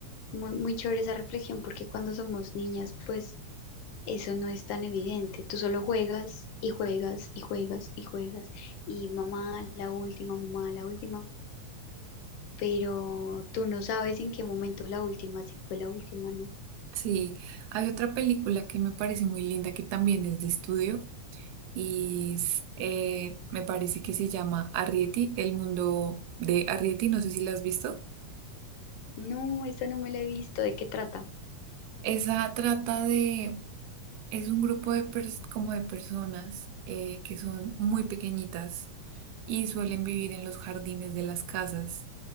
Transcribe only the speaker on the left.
Muy, muy chévere esa reflexión porque cuando somos niñas, pues eso no es tan evidente. Tú solo juegas y juegas y juegas y juegas y mamá la última, mamá la última, pero tú no sabes en qué momento la última, si fue la última, ¿no?
No, esta no me la he visto, ¿de qué trata?